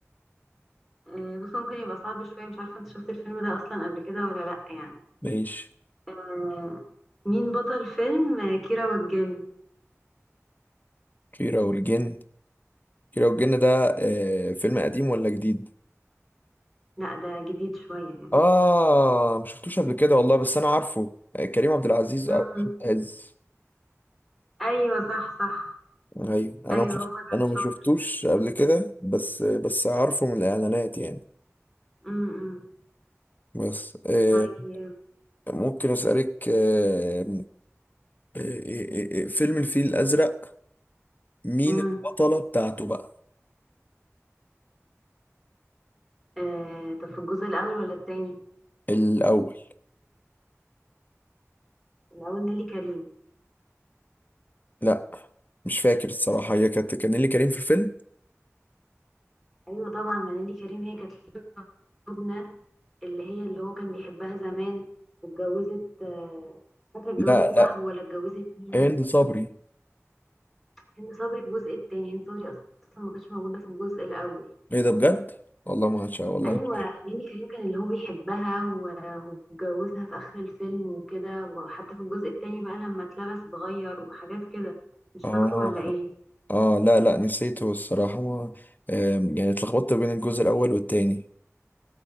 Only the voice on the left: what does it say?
ماشي
كيرة والجن كيرة والجن ده آه فيلم قديم ولا جديد؟
اه مشفتوش قبل كده والله بس أنا عارفه آه، كريم عبد العزيز
أو أحمد عز
أيوه أنا
أنا ما
شفتوش قبل كده بس بس عارفه من الإعلانات يعني
بس آه،
ممكن أسألك آه إيه- إيه- فيلم الفيل الأزرق مين
البطلة بتاعته بقى
الأول
لا مش فاكر الصراحة هي كانت كان اللي كريم في الفيلم
لا لا
هند صبري
ايه ده بجد والله ما عشان والله
مش-
اه
اه لا لا نسيته الصراحة ما آم، يعني اتلخبطت بين الجزء الأول والتاني